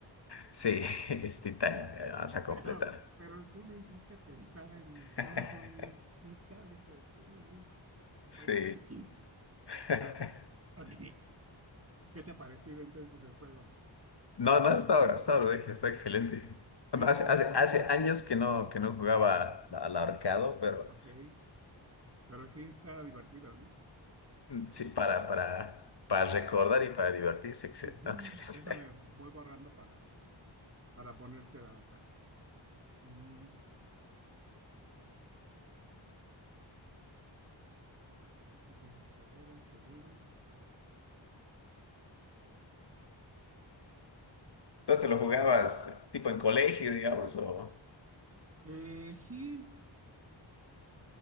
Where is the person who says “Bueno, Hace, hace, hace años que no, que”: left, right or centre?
Left